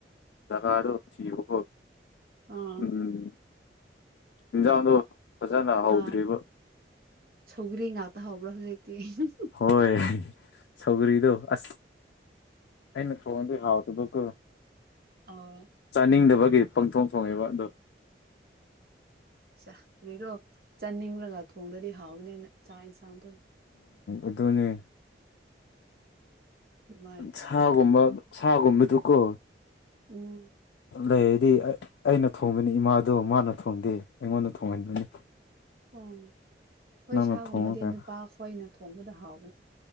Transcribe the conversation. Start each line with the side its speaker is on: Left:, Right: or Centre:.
Left: ꯖꯒꯥꯗꯣ ꯊꯤꯕꯀꯣ
Right: ꯑꯥ
Left: ꯎꯝ ꯏꯟꯖꯥꯡꯗꯣ ꯐꯖꯅ ꯍꯥꯥꯥꯎꯗ꯭ꯔꯤꯕ
Right: ꯑꯥ ꯁꯧꯒ꯭ꯔꯤ ꯉꯥꯛꯇ ꯍꯧꯕ꯭ꯔꯥ ꯍꯧꯖꯤꯛꯇꯤ <unintelligible>
Left: ꯍꯣꯏ ꯁꯧꯒ꯭ꯔꯤꯗꯣ ꯑꯁ ꯑꯩꯅ ꯊꯣꯡꯉꯗꯤ ꯍꯥꯎꯗꯕꯀꯣ
Right: ꯑꯣ
Left: ꯆꯥꯅꯤꯡꯗꯕ ꯒꯤ ꯄꯪꯊꯣꯡ ꯊꯣꯡꯉꯦꯕ ꯑꯗꯨ
Right: ꯆ ꯀꯔꯤꯔꯣ ꯆꯥꯅꯤꯡꯂꯒ ꯊꯣꯡꯂꯗꯤ ꯍꯥꯎꯕꯅꯤꯅ ꯆꯥꯛ ꯏꯟꯁꯥꯡ ꯗꯨꯝ
Left: ꯑꯗꯨꯅꯤ
Right: ꯑꯗꯨꯃꯥꯏꯅ ꯇꯧꯒꯗꯕꯅꯦ
Left: ꯁꯥꯒꯨꯝꯕ ꯁꯥꯒꯨꯝꯕꯗꯨ ꯀꯣ
Right: ꯎꯝ
Left: ꯂꯩꯔꯗꯤ ꯑꯩꯅ ꯊꯣꯡꯕꯅꯤ ꯏꯃꯥꯗꯣ ꯃꯥꯅ ꯊꯣꯡꯗꯦ ꯑꯩꯉꯣꯟꯗ ꯊꯣꯡꯍꯟꯕꯅꯤ
Right: ꯎꯡ ꯍꯣꯏ
Left: ꯅꯪꯅ
Right: ꯁꯥꯒꯨꯝꯕꯗꯤ
Left: ꯊꯣꯡꯉꯒ
Right: ꯅꯨꯄꯥ ꯈꯣꯏꯅ ꯊꯣꯡꯕꯗ ꯍꯥꯎ